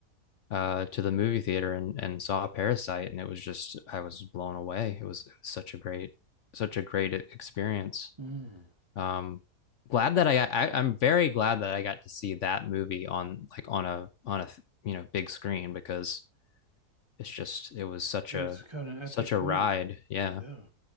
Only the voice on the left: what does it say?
uh to the movie theater and and saw Parasite, and it was just I was blown away. It was such a great such a great experience
um glad that I, I i'm very glad that i got to see that movie on like on a on a you know big screen because it's just it was such
a
such a
ride yeah